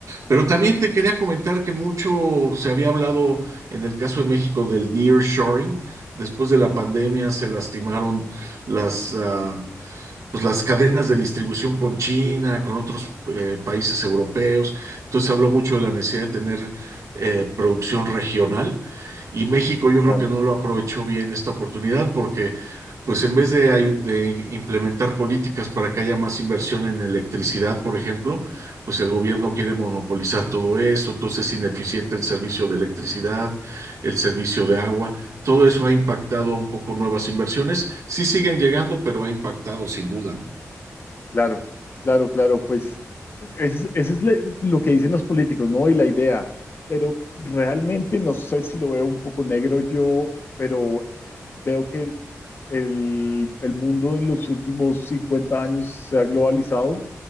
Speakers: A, on the right (about 75°); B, on the left (about 45°).
A: Pero también te quería comentar que mucho se había hablado en el caso de México del nearshoring. Después de la pandemia se lastimaron las, ah, pues las cadenas de distribución con China, con otros eh, países europeos. Entonces se habló mucho de la necesidad de tener eh, producción regional y México yo
B: claro.
A: creo que no lo aprovechó bien esta oportunidad porque pues en vez de, ayu- de im- implementar políticas para que haya más inversión en electricidad, por ejemplo, pues el gobierno quiere monopolizar todo eso, entonces es ineficiente el servicio de electricidad, el servicio de agua todo eso ha impactado un poco nuevas inversiones. Sí siguen llegando, pero ha impactado sin duda, ¿no?
B: Claro, claro, claro, pues eso es, ese es le- lo que dicen los políticos, ¿no? Y la idea, pero realmente no sé si lo veo un poco negro yo, pero veo que el, el mundo en los últimos 50 años se ha globalizado